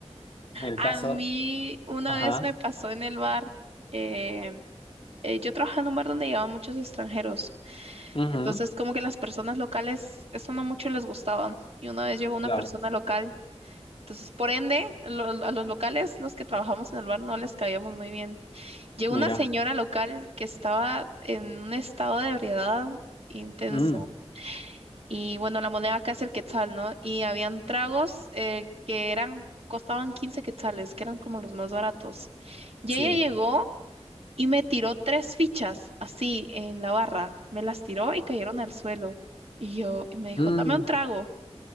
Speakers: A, on the left; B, on the right.
A: en el
B: A
A: caso,
B: mí una
A: ajá,
B: vez me pasó en el bar. eh, eh, yo trabajaba en un bar donde llevaban muchos extranjeros.
A: ujú,
B: Entonces, como que las personas locales, eso no mucho les gustaba. Y una vez llegó una
A: claro,
B: persona local. Entonces, por ende, lo- a los locales, los que trabajamos en el bar, no les caíamos muy bien. Llegó
A: mira,
B: una señora local que estaba en un estado de ebriedad intenso.
A: mm,
B: Y bueno, la moneda acá es el quetzal, ¿no? Y habían tragos eh, que eran, costaban 15 quetzales, que eran como los más baratos. Y
A: sí,
B: ella llegó y me tiró tres fichas así en la barra. Me las tiró y cayeron al suelo. Y yo, y me dijo,
A: mm,
B: dame un trago. <laughs>